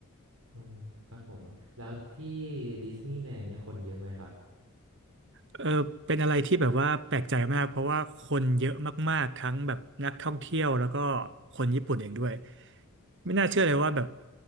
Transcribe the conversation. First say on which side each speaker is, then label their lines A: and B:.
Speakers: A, on the right (about 75°); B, on the right (about 55°).
A: อ๋อครับผมแล้วที่ดิสนีย์แลนด์เนี่ยคนเยอะไหมครับ
B: เออเป็นอะไรที่แบบว่าแปลกใจมากเพราะว่าคนเยอะมากๆทั้งแบบนักท่องเที่ยวแล้วก็คนญี่ปุ่นเองด้วยไม่น่าเชื่อเลยว่าแบบ